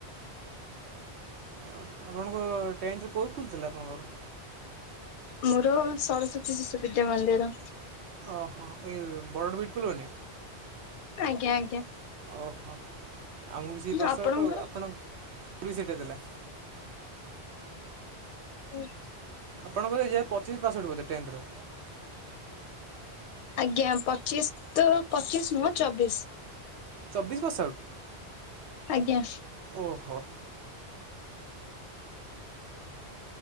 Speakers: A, on the right; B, on the left.
A: ଓ ଆପଣଙ୍କ ଟେନ୍ଥ କୋଉ ସ୍କୁଲ ଥିଲା ଆପଣଙ୍କର?
B: ମୋର ସରସ୍ଵତୀ ଶିଶୁ ବିିଦ୍ୟା ମନ୍ଦିର।
A: ଓହୋ ଏଇ ବଡ଼ ବିଟ୍ କଲୋନୀ।
B: ଆଜ୍ଞା ଆଜ୍ଞା।
A: ଓହୋ ଆମକୁ ବି ସେ ପାଶ
B: ଆପଣଙ୍କର?
A: ଆଉଟୁ ଆପଣ କୁ ବି ସେଇଟା ଥିଲା।
B: ହୁଁ
A: ଆପଣଙ୍କର ଏଇ ପଚିଶ ପାସ ଆଉଟ ବୋଧେ ଟେନ୍ଥର।
B: ଆଜ୍ଞା ପଚିଶ ତ ପଚିଶ ନୁହଁ ଚବିଶ।
A: ଚବିଶ ପାସ ଆଉଟ୍?
B: ଆଜ୍ଞା।
A: ଓହୋ।